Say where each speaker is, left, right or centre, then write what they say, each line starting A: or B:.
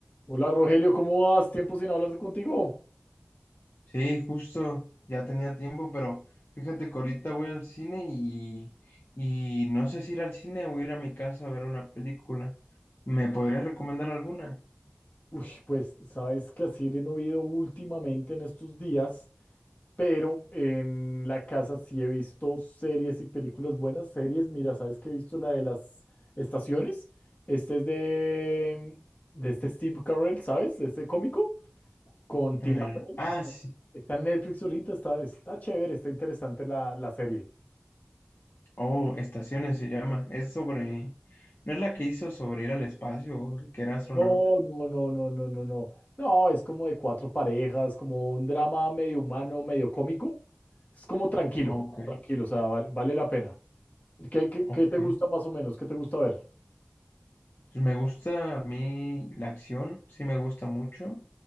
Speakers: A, on the left; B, on the left.
A: Hola Rogelio, ¿cómo vas? Tiempo sin hablar contigo.
B: Sí, justo, ya tenía tiempo, pero fíjate que ahorita voy al cine y, y no sé si ir al cine o ir a mi casa a ver una película. ¿Me podrías recomendar alguna?
A: Uy, pues sabes que así no he ido últimamente en estos días, pero en la casa sí he visto series y películas buenas. Series, mira, sabes que he visto la de las estaciones. Este es de, de este Steve Carell, ¿sabes? De este cómico con Tina
B: Eh,
A: Fey.
B: ah,
A: Está,
B: sí.
A: está en Netflix ahorita, está, está chévere, está interesante la, la serie.
B: Oh, Estaciones se llama. Es sobre... ¿No es la que hizo sobre ir al espacio o que era astronauta?
A: No, no, no, no, no, no, no. No, es como de cuatro parejas, como un drama medio humano, medio cómico. Es como tranquilo,
B: Ok,
A: tranquilo, o sea, vale, vale la pena. ¿Qué, qué,
B: ok.
A: qué te gusta más o menos? ¿Qué te gusta ver?
B: Pues me gusta a mí la acción, sí me gusta mucho,